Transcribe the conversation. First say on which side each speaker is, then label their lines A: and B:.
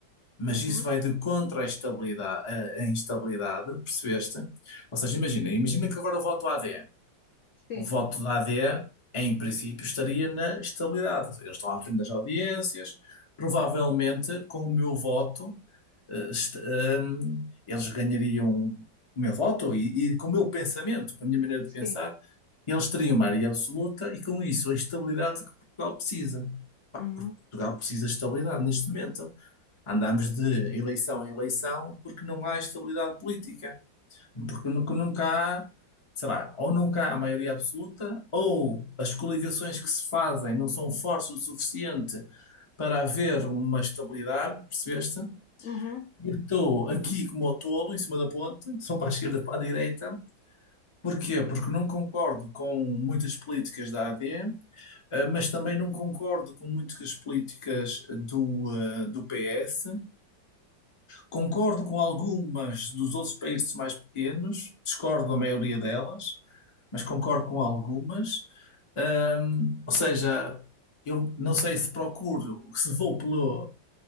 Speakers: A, on the left; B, on the left.
A: Mas
B: uhum.
A: isso vai de contra a estabilidade, a, a instabilidade, percebeste? Ou seja, imagina, imagina que agora eu voto AD.
B: Sim,
A: O voto da AD, em princípio, estaria na estabilidade. Eles estão à frente das audiências. Provavelmente, com o meu voto, eh, est- ehm, eles ganhariam o meu voto e, e com o meu pensamento, com a minha maneira de
B: sim.
A: pensar, eles teriam uma maioria absoluta e, com isso, a estabilidade que Portugal precisa. Pá,
B: Uhum,
A: Portugal precisa de estabilidade neste momento. Andamos de eleição em eleição porque não há estabilidade política. Porque nunca, nunca há, sei lá, ou nunca há maioria absoluta, ou as coligações que se fazem não são fortes o suficiente para haver uma estabilidade, percebeste?
B: uhum.
A: Eu estou aqui como o tolo, em cima da ponte, sou para a esquerda, para a direita. Porquê? Porque não concordo com muitas políticas da AD, eh, mas também não concordo com muitas políticas do, eh, do PS. Concordo com algumas dos outros países mais pequenos, discordo da maioria delas, mas concordo com algumas. Hum, ou seja, eu não sei se procuro, se vou pelo,